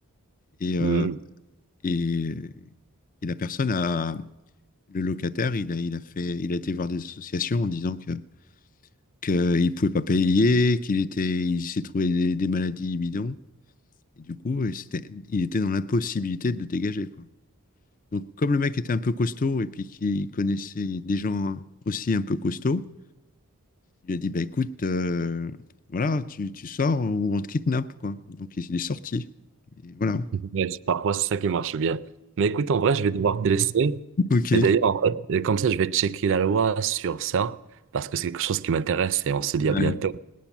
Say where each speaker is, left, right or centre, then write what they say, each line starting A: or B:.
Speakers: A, on the left; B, on the right.
A: Et, euh,
B: Mhm.
A: et, et la personne a, le locataire, il a, il a fait, il a été voir des associations en disant que, qu'il pouvait pas payer, qu'il était, il s'est trouvé des, des maladies bidons. Et du coup, et c'était, il était dans l'impossibilité de le dégager, quoi. Donc, comme le mec était un peu costaud et puis qu'il connaissait des gens aussi un peu costauds, il lui a dit, bah écoute, euh, voilà, tu, tu sors ou on te kidnappe, quoi. Donc, il est sorti. Et voilà.
B: Ouais, c'est- parfois, c'est ça qui marche bien. Mais écoute, en vrai, je vais devoir te laisser.
A: Ok.
B: Et d'ailleurs, en fait, comme ça, je vais checker la loi sur ça, parce que c'est quelque chose qui m'intéresse et on se dit
A: Ouais.
B: à bientôt.